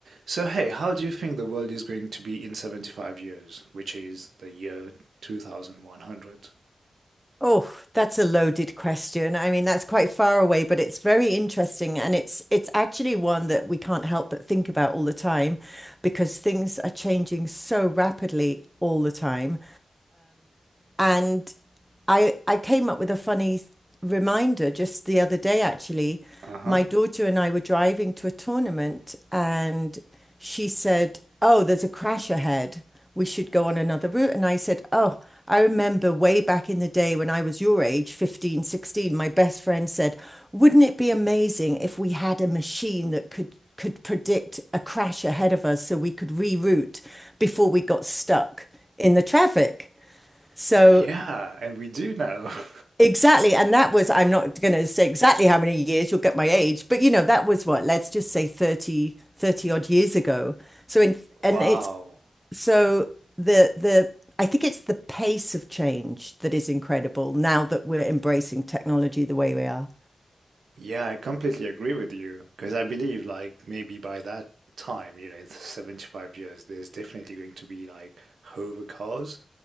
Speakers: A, on the right; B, in the centre.
A: So, hey, how do you think the world is going to be in 75 years, which is the year 2100?
B: Oh, that's a loaded question. I mean, that's quite far away, but it's very interesting, and it's it's actually one that we can't help but think about all the time because things are changing so rapidly all the time. And I I came up with a funny reminder just the other day, actually.
A: Uh-huh.
B: My daughter and I were driving to a tournament, and she said, "Oh, there's a crash ahead. We should go on another route." And I said, "Oh, I remember way back in the day when I was your age, 15, 16. my best friend said, wouldn't it be amazing if we had a machine that could could predict a crash ahead of us so we could reroute before we got stuck in the traffic?" So
A: Yeah, and we do know. <laughs>
B: Exactly. And that was, I'm not going to say exactly how many years, you'll get my age, but you know, that was what, let's just say 30, 30 odd years ago. So in, and
A: Wow.
B: it's, so the, the, I think it's the pace of change that is incredible now that we're embracing technology the way we are.
A: Yeah, I completely agree with you because I believe like maybe by that time, you know, in 75 years, there's definitely going to be like hover cars,